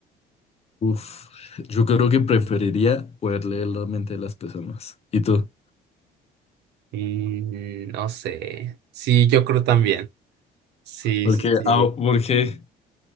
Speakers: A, on the left (about 35°); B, on the right (about 80°).
A: Uf, yo creo que preferiría poder leer la mente de las personas. ¿Y tú?
B: Mm, no sé. Sí, yo creo también. Sí,
A: Porque,
B: sí, sí.
A: ah, porque,